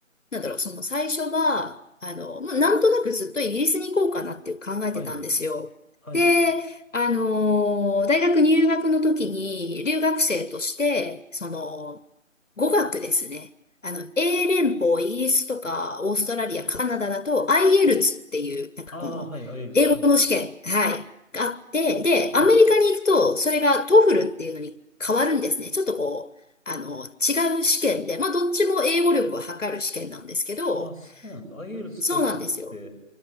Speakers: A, on the left; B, in the centre.
A: なんだろう、その最初は、あの、まあ、なんとなくずっとイギリスに行こうかなっていう考えてたんですよ。
B: はい、はい。
A: で、あの、大学入学の時に留学生として、その、語学ですね。あの、英連邦、イギリスとか、オーストラリア、カナダだと、IELTS っていう、なんかこの、
B: ああ、はい、アイエルス、
A: 英語の試験、
B: はい、
A: はい、があって、で、
B: はい。
A: アメリカに行くと、それが TOEFL っていうのに変わるんですね。ちょっとこう、あの、違う試験で、まあ、どっちも英語力を測る試験なんですけど、
B: ああ、そうなんです。IELTS、
A: そうなんですよ。
B: TOEFL って、